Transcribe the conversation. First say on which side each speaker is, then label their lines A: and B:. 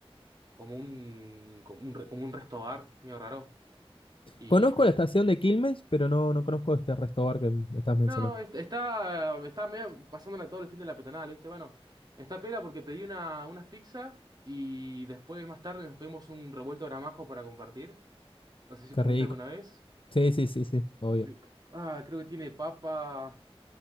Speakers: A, on the right; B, on the left.
A: como un, como un, re- como un resto bar, medio raro. Y
B: Conozco
A: pe-
B: la estación de Quilmes, pero no, no conozco este resto bar que me estás mencionando.
A: no, est- está, está medio pasándola todo el fin de la peatonal, ¿viste? Bueno, está pela porque pedí una, unas pizzas y después más tarde nos pedimos un revuelto de gramajo para compartir. No sé si
B: Qué
A: comiste
B: rico.
A: alguna vez.
B: Sí, sí, sí, sí, obvio.
A: Qué rico. Ah, creo que tiene papa,